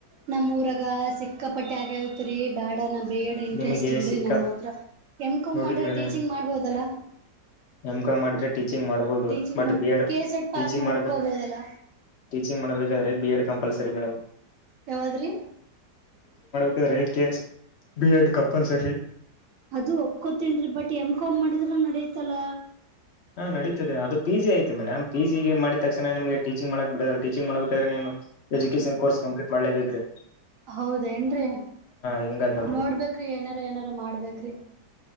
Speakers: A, on the right; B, on the left.
A: ನಮ ಊರಾಗ ಸಿಕ್ಕಾಪಟ್ಟಿ ಆಗ್ಯತ್ರಿ ಬೇಡ ನಾ ಬಿ ಎಡ್ ಇಂಟ್ರೆಸ್ಟ್
B: ನಿಮಗೆ
A: ಇಂಗ
B: ಸಿಕ್ಕಪ್
A: ನಮ್ಮ ಹತ್ರ ಎಮ್ ಕಾಂ
B: ನೋಡಿ
A: ಮಾಡದ್ರ
B: ಮೇಡಮ್
A: ಟೀಚಿಂಗ್ ಮಾಡ್ಬೋದಲ್ಲ.
B: ಎಂ ಕಾಂ ಮಾಡರಿ. ಟೀಚಿಂಗ್ ಮಾಡ್ಬಹುದು
A: ಟೀಚಿಂಗ್
B: ಬಟ್
A: ಮಾಡ್ಬೋದು
B: ಬಿ Ed
A: K A set pass
B: teaching
A: ಮಾಡ್ಬೇಕು
B: ಮಾಡಬೇಕ
A: ಹೋಗ್ಬೋದಲ್ಲ
B: ಟೀಚಿಂಗ್ ಮಾಡಬೇಕಾದ್ರೆ ಬಿ ಎಡ್ ಕಂಪಲ್ಸರಿ ಮೇಡಮ್.
A: ಯಾವಾದ್ರೀ
B: ಎ <unintelligible> ಕೆಸ್ ಬಿ ಎಡ್ ಕಂಪಲ್ಸರಿ
A: ಅದು ಒಪ್ಕೋತನ್ರೀ ಬಟ್ ಎಮ್ ಕಮ್ ಮಾಡಿದ್ರ ನಡೀತಲ್ಲ.
B: ಹಾ ನಡೀತದೆ ಅದು ಪಿ ಜಿ ಆಯ್ತು ಮೇಡಮ್ ಪಿ ಜಿ ಗೆ ಮಾಡಿದ ತಕ್ಷಣ ನಿಮಗೆ ಟೀಚಿಂಗ್ ಮಾಡಕ್ ಬಿಡದ ಟೀಚಿಂಗ್ ಮಾಡಬೇಕಾದ್ರೆ ನಿಮ ಎಜುಕೇಶನ್ ಕೋರ್ ಕಂಪ್ಲೀಟ್ ಮಾಡಲೇಬೇಕ್ರೀ.
A: ಹೌದೇ ಏನ್ರಿ
B: ಹಿಂಗದ್ ನೋಡ್ರಿ
A: ನೋಡ್ಬೇಕ್ರಿ ಏನಾರ ಏನಾರ ಮಾಡ್ಬೇಕ್ರಿ